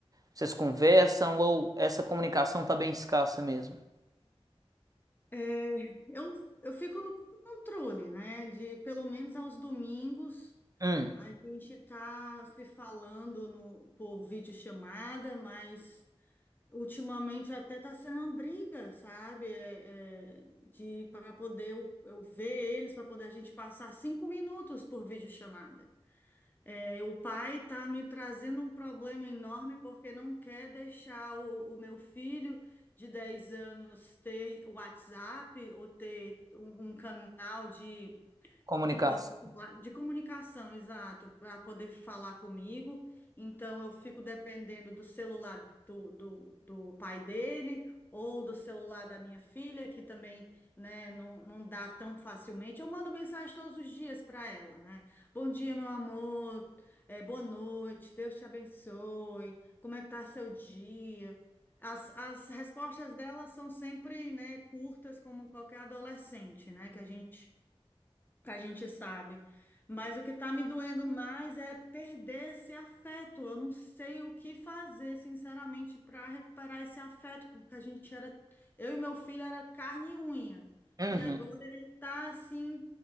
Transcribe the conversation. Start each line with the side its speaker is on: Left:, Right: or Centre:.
Right: vocês conversam, ou essa comunicação tá bem escassa mesmo?
Left: É, eu, eu fico no controle, né? De pelo menos aos domingos
Right: Hum,
Left: a gente tá se falando no, por videochamada, mas ultimamente até tá sendo uma briga, sabe? É, é, de para poder eu, eu ver eles, para poder a gente passar cinco minutos por videochamada. É, o pai está me trazendo um problema enorme porque não quer deixar o, o meu filho de 10 anos ter o WhatsApp ou ter um, um canal de
Right: comunicação.
Left: que possa falar de comunicação, exato, para poder falar comigo. Então, eu fico dependendo do celular do, do, do pai dele ou do celular da minha filha, que também, né, não, não dá tão facilmente. Eu mando mensagem todos os dias para ela, né? Bom dia, meu amor, é boa noite, Deus te abençoe, como é que tá seu dia? As, as respostas delas são sempre, né, curtas, como qualquer adolescente, né, que a gente que a gente sabe. Mas o que está me doendo mais é perder esse afeto. Eu não sei o que fazer, sinceramente, para recuperar esse afeto, porque a gente era, eu e meu filho era carne e unha.
Right: Uhum,
Left: E agora ele está assim